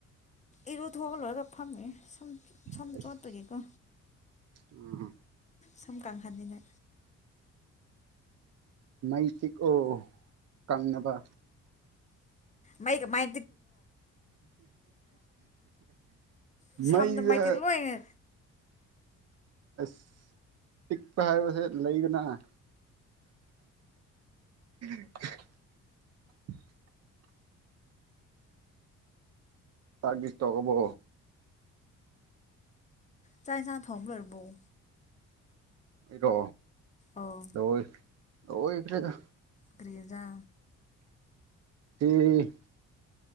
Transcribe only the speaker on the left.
ꯏꯔ ꯊꯒꯂꯣꯏꯒ ꯐꯝꯃꯤ ꯁꯝ ꯁꯝ
ꯆꯣꯠꯄꯒꯤꯀꯣ
ꯁꯝ ꯀꯥꯡꯍꯟꯁꯤꯅ
ꯃꯥꯏꯒ ꯃꯥꯏ ꯁꯝꯗ
ꯃꯩꯇꯩ ꯂꯣꯏꯅ
ꯆꯥꯏ ꯆꯥ ꯊꯝ ꯂꯔꯔꯕꯧ
ꯑꯣ
ꯀ꯭ꯔꯖꯥ